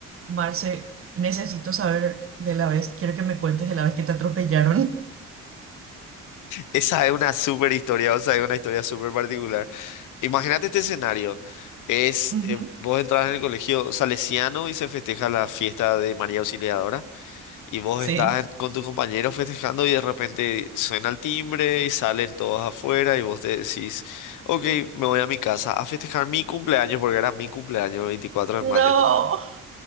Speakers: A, on the right; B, on the left.
A: Marce, necesito saber de la vez, quiero que me cuentes de la vez que te atropellaron.
B: Esa es una súper historia, o sea, es una historia súper particular. Imagínate este escenario. Es,
A: <laughs> Ujú,
B: eh, vos entras en el colegio salesiano y se festeja la fiesta de María Auxiliadora y vos
A: Sí.
B: estás en- con tus compañeros festejando y de repente suena el timbre y salen todos afuera y vos te decís, ok, me voy a mi casa a festejar mi cumpleaños porque era mi cumpleaños el 24 de
A: No.
B: mayo.